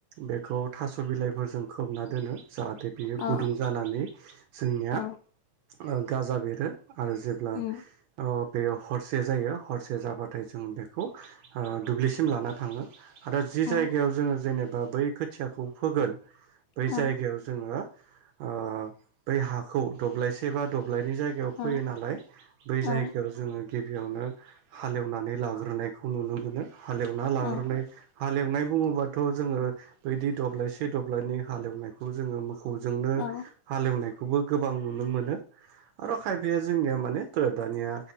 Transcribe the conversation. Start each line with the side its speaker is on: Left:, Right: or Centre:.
Right: बेखौ थास' बिलाइफोरजों खोबना दोनो जाहाथे बियो
Left: औ
Right: गुदुं जानानै जोंनिया
Left: औ
Right: ओ गाजा बेरो आरो जेब्ला
Left: उम
Right: बेयो हरसे जायो हरसे जाबाथाय जों बेखौ ओ दुब्लिसिम लाना थाङो आरो जि
Left: औ
Right: जायगायाव जोङो जेनेबा बै खोथियाखौ फोगोन बै
Left: औ
Right: जायगायाव जोङो ओ बै हाखौ दब्लायसे बा द ब्लायनि जायगायाव
Left: औ
Right: फैयो नालाय बै
Left: औ
Right: जायगायाव जोङो गिबियावनो हालेवनानै लाग्रोनायखौ नुनो मोनो। हालेवना लाग्रोनाय
Left: औ
Right: हालेवनाय बुङोबाथ' जोङो बैदि दब्लायसे दब्लायनै हालेवनायखौ जोङो मो खौ जोंनो
Left: औ
Right: हालेवनायखौबो गोबां नुनो मोनो। आरो खायफाया जोंनिया माने दानिया